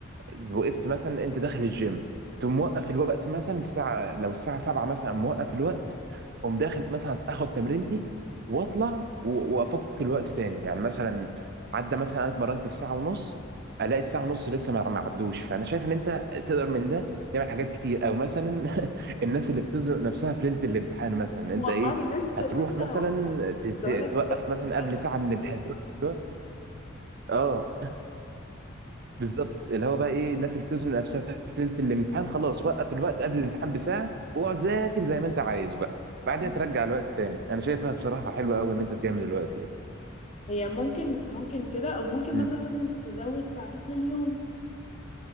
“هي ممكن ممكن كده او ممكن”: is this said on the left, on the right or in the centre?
Left